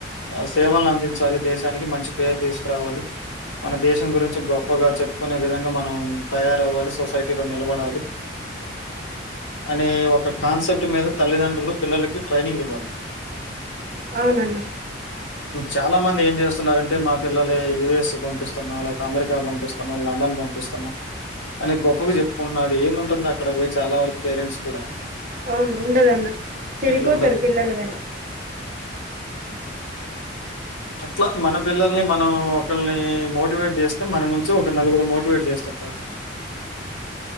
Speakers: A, on the left (about 80°); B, on the right (about 40°).
A: ఆ సేవలను అందించాలి దేశానికి మంచి పేరు తీసుకురావాలి మన దేశం గురించి గొప్పగా చెప్పుకునే విధంగా మనం తయారవ్వాలి సొసైటీలో నిలబడాలి అనే ఒక కాన్సెప్ట్ మీద తల్లిదండ్రులు పిల్లలకి ట్రైనింగ్ ఇవ్వాలి
B: అవునన్న
A: చాలా మంది ఏం చేస్తున్నారంటే మా పిల్లలు యయుఎస్ పంపిస్తున్నా లేకపోతే అమెరికా పంపిస్తున్నా లండ్ లండన్ పంపిస్తున్నాం అని గొప్పగా చెప్పుకుంటున్నాడు ఏముంటుంది అక్కడ పోయి చాలా వరకు పేరెంట్స్ కూడా
B: అవును ఉండదన్న చెడిపోతారు
A: ఇట్లా ఉండదు
B: పిల్లలు గాని
A: అట్లా మన పిల్లల్ని మనం ఒకరిని మోటివేట్ చేస్తే మన నుంచి ఒక నలుగురు మోటివేట్ చేస్తుంటారు